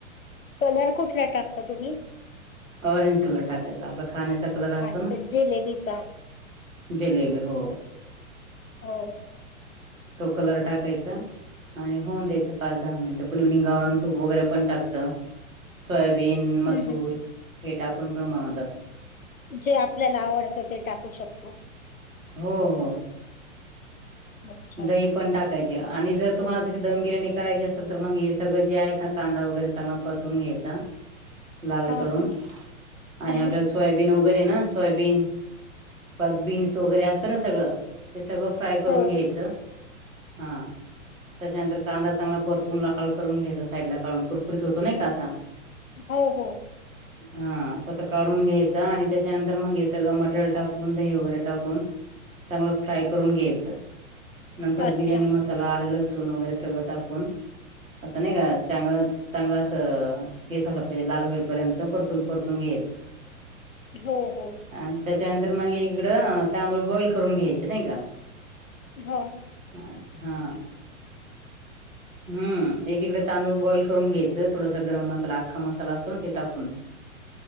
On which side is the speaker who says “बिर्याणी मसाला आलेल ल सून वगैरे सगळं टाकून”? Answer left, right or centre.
Right